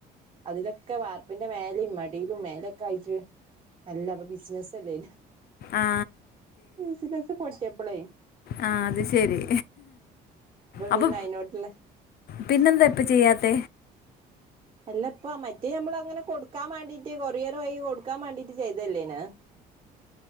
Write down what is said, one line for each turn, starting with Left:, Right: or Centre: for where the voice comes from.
Right: അതിലൊക്കെ വാർപ്പിന്റെ മേലയും മടിയിലും മേലൊക്കെ ആയിട്ട് നല്ല ബിസിനസ് തലേ
Left: ആ
Right: ബിസിനസ് പൊട്ടിയപ്പളെ
Left: ആഹ് അത് ശരി അപ്പൊ
Right: പിന്നെ അയിനോട്ടുള്ള
Left: പിന്നെന്താ ഇപ്പ ചെയ്യാത്ത
Right: അല്ല ഇപ്പ മറ്റേ നമ്മളങ്ങനെ കൊടുക്കാൻ മാണ്ടീട്ട് കൊറിയർ വഴി കൊടുക്കാൻ മാണ്ടീട്ട് ചെയ്തല്ലേന